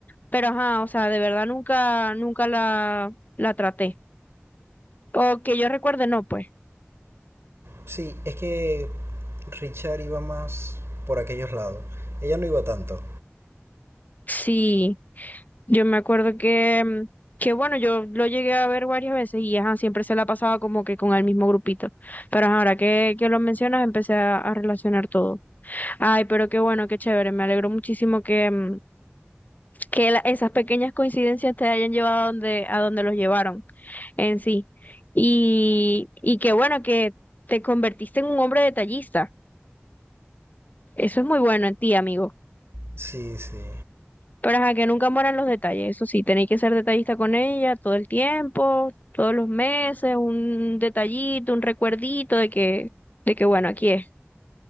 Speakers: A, on the left; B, on the right.
A: Pero ajá, o sea, de verdad nunca, nunca la, la traté. O que yo recuerde, no, pues.
B: sí, es que Richard iba más por aquellos lados, ella no iba tanto.
A: Sí. Yo me acuerdo que, mm, que bueno, yo lo llegué a ver varias veces y ajá, siempre se la pasaba como que con el mismo grupito. Pero ajá, ahora que, que lo mencionas, empecé a, a relacionar todo. Ay, pero qué bueno, qué chévere. Me alegro muchísimo que, mm, que la- esas pequeñas coincidencias te hayan llevado a donde, a donde los llevaron en sí. Y, y qué bueno que te convertiste en un hombre detallista. Eso es muy bueno en ti, amigo.
B: Sí, sí.
A: Pero ajá, que nunca mueran los detalles. Eso sí, tenéis que ser detallista con ella todo el tiempo, todos los meses, un detallito, un recuerdito de que, de que bueno, aquí es.